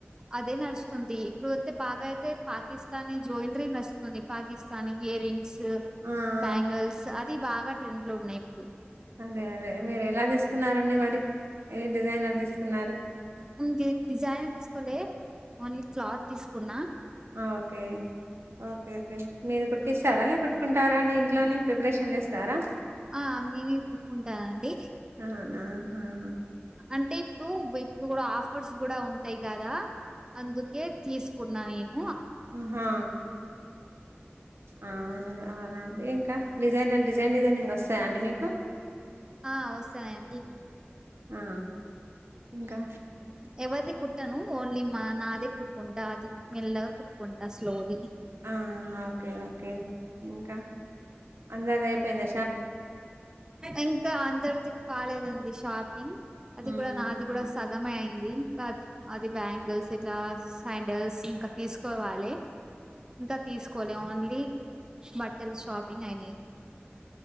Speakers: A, on the right; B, on the right.
A: అదే నడుస్తుంది ఇప్పుడు అయితే బాగా అయితే పాకిస్తానీ జ్యువెలరీ నడుస్తుంది పాకిస్తానీ ఇయర్ రింగ్స్
B: ఆ ఆ,
A: బ్యాంగిల్స్ అది బాగా ట్రెండ్ లో ఉన్నాయి ఇప్పుడు
B: అదే అదే మీరు ఎలా తీసుకున్నారంండి మరి ఏ డిజైైనర్ తీసుకున్నారు
A: ఉంది డిజైన్ తీసుకోలే ఓన్లీ క్లాత్ తీసుకున్నా
B: ఆ ఒకే ఒకే <unintelligible> ఇస్తారా లే కొట్టుకుంటారా అండి ఇంట్లోనే ప్రిపరేషన్ చేస్తారా
A: ఆ మీది కుట్టుకుంటానండి
B: అవునా ఆహా
A: అంటే ఇప్పుడు ఇప్పుడు కూడా ఆఫర్స్ కూడా ఉంటాయి కదా అందుకే తీసు <unintelligible>
B: హా ఆ అవునండి ఇంకా డిజైైనర్ డిజైన్ డిజైనింగ్ వస్తాయా అండి మీకు
A: ఆ వస్తాయి ఆంటీ
B: ఆ ఇంకా
A: ఎవది కుట్టాను ఓన్లీ మా నాదే కుట్కుంటా అది మెల్లగా కుట్కుంటా స్లోలీ
B: ఆ ఓకే ఓకే ఇంకా అందరిది అయిపోయింద
A: ఇంకా అంధర్ది కాలేదండి షాపింగ్ అది
B: మ్మ్
A: కూడా నాది కూడా సగమే అయింది ఇంకా అది బ్యాంగిల్స్ లా శాండల్స్ ఇంకా తీసుకోవాలి ఇంకా తీసుకోవాలి ఓన్లీ బట్టలు షాపింగ్ అయినయి